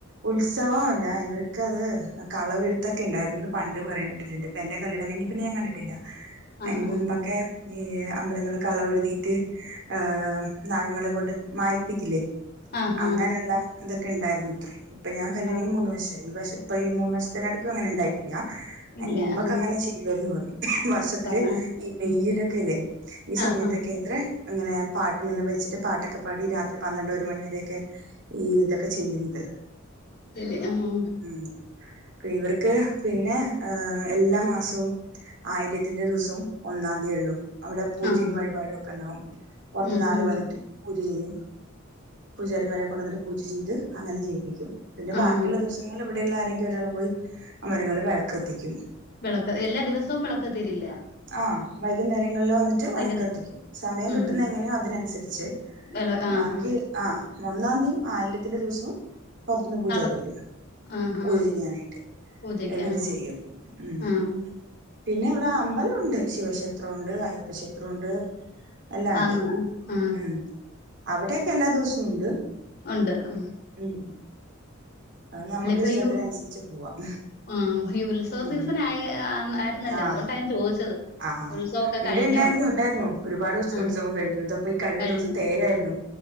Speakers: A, on the right (about 60°); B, on the left (about 50°).
A: ഉത്സവം അല്ല ഇവർക്ക് അത് കളവെഴുത്തൊക്കെ ഇണ്ടാരുന്നുന്ന് പണ്ട് പറയണേ കേട്ട്ട്ട്ണ്ട് അപ്പ എന്റെ കല്യാണം കഴിഞ്ഞ് പിന്നെ ഞാൻ കണ്ടിട്ടില്ല
B: ആഹ്
A: അതിന് മുമ്പൊക്കെ ഈ അമ്പലങ്ങളില് കളവെഴുതിയിട്ട് ആഹ് നാഗങ്ങളെ കൊണ്ട് മായി പ്പിക്കില്ലേ
B: ആഹ് ആഹ്
A: അങ്ങനെയുള്ള ഇതൊക്കെ ഇണ്ടായിരുന്നുത്രേ ഇപ്പൊ ഞാൻ കല്ല്യാണം
B: ആഹ്
A: കഴിഞ്ഞ് മൂന്ന് വർഷായി ഈ വർ ഇപ്പൊ ഈ മൂന്ന് വർഷത്തിന് ഇടക് അങ്ങനെ ഉണ്ടായിട്ടില്ല അതിന്
B: ഇല്ല
A: മുമ്പ്
B: ആഹ്
A: ചെയ്യുവായിരുന്നു പറയും വർഷത്തില്
B: പറഞ്ഞ
A: ഈ മെയ്യിലൊക്കെല്ലേ ഈ സമയത്തൊക്കെത്രേ
B: ആഹ്
A: ഇങ്ങനെ പാട്ട് ഇങ്ങനെ വെച്ച്ട്ട് പാട്ടൊക്കെ പാടി രാത്രി പന്ത്രണ്ട് ഒരു മണിവരേയൊക്കെ ഈ ഇതൊക്കെ ചെയ്യ്ണത്
B: ആഹ് ആഹ്
A: ഉം ഇവർക്ക് പിന്നെ ഹ് എല്ലാ മാസവും ആയില്യത്തിന്റെ ദിവസവും ഒന്നാം തി ഒള്ളു അവിടെ പൂജയും
B: ആഹ്
A: വഴിപാടും ഒക്കെണ്ടാവും പൊറത്ത്ന്ന്
B: ഉം
A: ആള്
B: ഉം
A: വന്നിട്ട് പൂജ ചെയ്യും പൂജാരിമാരെ കൊണ്ടന്ന്ട്ട് പൂജ ചെയ്ത് അങ്ങനെ ചെയ്യും പിന്നെ
B: ആഹ്
A: ബാക്കിയുള്ള ദിവസങ്ങളില് ഇവിടെയുള്ള ആരെങ്കിലും ഒരാൾ പോയി ആ മരങ്ങളിൽ വിളക് കത്തിക്കും
B: വിളക്ക് എല്ലാ ദിവസവും വിളക്ക് കതീരില്ല
A: ആഹ് വൈകുന്നേരങ്ങളിൽ വന്നിട്ട് ട്ട് വളക്കത്തിക്കും
B: വൈകുന്നേ
A: സമയം
B: ഉം
A: കിട്ടുന്ന എങ്ങനെ അതിനനുസരിച്ച്
B: എള ആഹ്
A: ബാക്കി ആഹ് ഒന്നാംതി ആയില്ല്യത്തിന്റെ ദിവസവും പൊറത്തുന്ന് പൂജാരി
B: നട
A: വരും
B: ആഹ്
A: പൂജ
B: ആഹ്
A: ചെയ്യാനായിട്ട്
B: പൂജക്ക്
A: എന്നിട്ട്
B: ആഹ്
A: ചെയ്യും ഉം
B: ആഹ്
A: പിന്നെ ഇവിടെ അമ്പലഉണ്ട് ശിവക്ഷേത്ര ഉണ്ട് അയ്യപ്പ ക്ഷേത്രണ്ട് എല്ലാണ്ട്
B: ആന്ന് ആഹ്
A: ഉം അവിടെക്കെ എല്ലാ ദിവസവും ഉണ്ട്
B: ഉണ്ട് ഉം
A: ഉം അത് നമുക്ക്
B: അല്ലപ്പയു
A: ഇഷ്ടത്തിനനുസരിച്ച് പോവാം
B: ആഹ് ഈ ഉത്സവ
A: ഉം
B: സീസൻ ആയ <unintelligible> ഇന്നല്ലോ
A: ആ
B: അതുകൊണ്ടാ ഞാൻ ചോദിച്ചത്
A: ആഹ്
B: ഉത്സവൊക്കെ
A: ഇണ്ട്
B: കഴിഞ്ഞോ
A: ഇണ്ടായിരുന്നു ഇണ്ടായിരുന്നു ഒരുപാട്
B: ആഹ്
A: ഉത്സവം കഴിഞ്ഞു ഇത് ഇപ്പൊ ഈ കഴിഞ്ഞ
B: കഴിഞ്ഞു
A: ദിവസം തേരായിരുന്നു